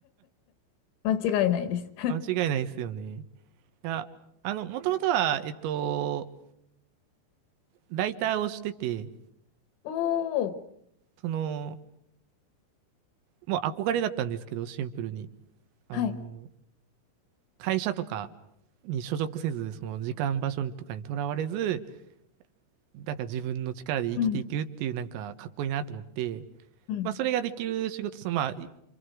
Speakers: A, on the left; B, on the right.
A: 間違いないです。
B: 間違いないですよね。いや、あの、もともとは、えっと、ライターをしてて、
A: おお。
B: その、もう憧れだったんですけど、シンプルに。あの、
A: はい。
B: 会社とかに所属せず、その時間場所とかにとらわれず、なんか自分の力で生きていくっていう、
A: うん。
B: なんかかっこいいなと思って、
A: うん。
B: まあ、それができる仕事、その、まあ、い